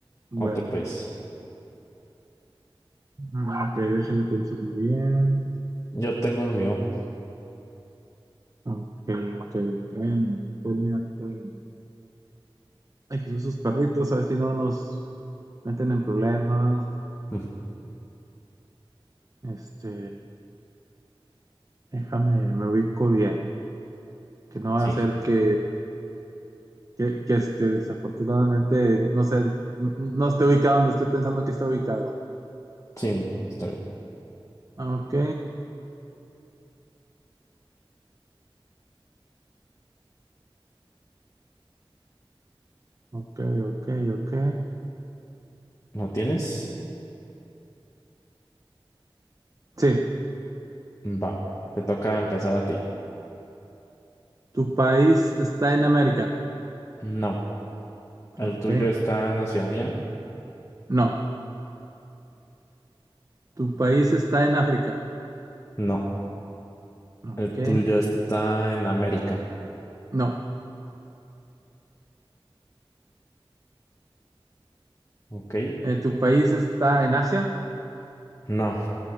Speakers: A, on the right (about 40°); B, on the left (about 35°).
A: Bueno,
B: otro país.
A: mm, ok, déjenle, pienso muy bien.
B: Yo tengo el mío.
A: Ok, ok, bueno, Italia, pero- Ay, Jesús, esos perritos, a ver si no nos meten en problemas.
B: Mm,
A: Este, déjame, me ubico bien. Que no va
B: Sí,
A: a ser que, que, que, este, desafortunadamente, no sé, n- no esté ubicado donde estoy pensando que está ubicado.
B: sí, está bien.
A: Ok, ok, ok, ok.
B: ¿Lo tienes?
A: Sí,
B: Va, te toca empezar a ti.
A: ¿Tu país está en América?
B: No, el
A: Ok.
B: tuyo está en Oceanía.
A: No. ¿Tu país está en África?
B: No,
A: Ok.
B: el tuyo está en América.
A: No.
B: Ok.
A: Eh, ¿tu país está en Asia?
B: No,